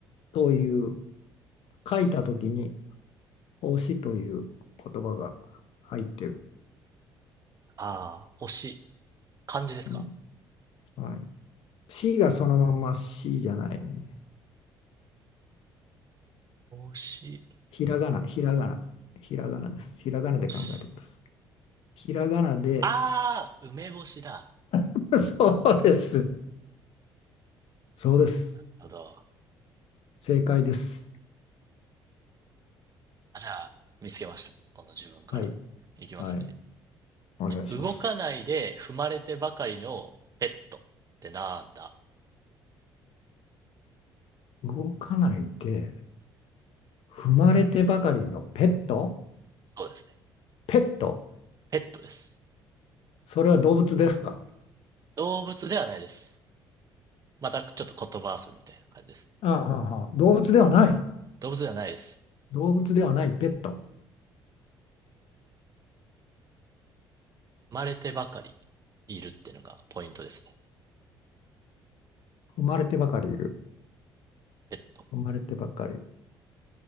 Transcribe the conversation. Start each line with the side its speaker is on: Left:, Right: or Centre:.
Left: という書いた時に星という言葉が入ってる。
Right: ああー、星。漢字ですか
Left: うん、はい。しがそのまましじゃないね。
Right: 星、
Left: ひらがな、ひらがな、ひらがなです。ひらがなで考えてください。
Right: 星。
Left: ひらがなで、
Right: ああ、梅干しだ。
Left: <laughs> そうです。そうです。
Right: なるほど。
Left: 正解です。
Right: あ、じゃあ、見つけました。この自分から。
Left: はい。
Right: いきますね。
Left: はい。お願いします。
Right: 動かないで踏まれてばかりのペットってなんだ
Left: 動かないで、踏まれてばかりのペット
Right: そうですね。
Left: ペット
Right: ペットです。
Left: それは動物ですか
Right: 動物ではないです。またちょっと言葉遊びみたいな感じですね。
Left: ああ、ああああ動物ではない。
Right: 動物ではないです。
Left: 動物ではないペット。
Right: 踏まれてばかりいるっていうのがポイントですね。
Left: 生まれてばかりいる。
Right: ペット。
Left: 生まれてばかり。